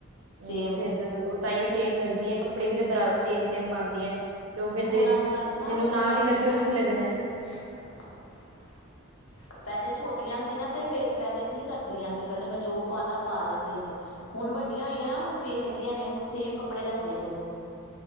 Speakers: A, on the left; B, on the right.
A: ਸੇਮ
B: ਏਨੀ ਫੇਰ ਤੇ ਤਾਂ ਹੀ ਉਹ ਸੇਮ ਲੱਗਦੀ ਹੈ, ਕੱਪੜੇ ਵੀ ਤੇ ਬਰਾ ਸੇਮ- ਸੇਮ ਪਾਦੀਆ। ਤੇ ਉਹ ਫੇਰ,
A: ਹੁਣ
B: ਤੇ
A: ਅੱਜ ਕੱਲ
B: ਜਿਹਨੂੰ
A: ਨਾ ਜ
B: ਨਾਂ
A: ਪਹਿਲੇ
B: ਵੀ ਲੱਗੇ,
A: ਛੋਟੇ
B: ਉਹਨੂੰ ਵੀ ਲੱਗਣਾ ਹੈ।
A: <unintelligible> <unintelligible> ਪਹਿਲੇ ਛੋਟੀਆਂ ਸੀ, ਨਾ ਤੇ ਫੇਰ ਪਹਿਲੇ ਨੀ ਕਰਦੀਆਂ ਸੀ, ਪਹਿਲੇ ਮੈਂ ਜੋ ਪਾਣਾ ਪਾ ਲੈਂਦੀਆਂ ਸੀ। ਹੁਣ ਵੱਡੀਆਂ ਹੋਈਆਂ ਨਾ, ਹੁਣ ਵੇਖਦੀਆਂ ਨੇ, ਹੁਣ ਸੇਮ ਕੱਪੜੇ ਲੈਂਦੀਆਂ ਦੋਨੋ।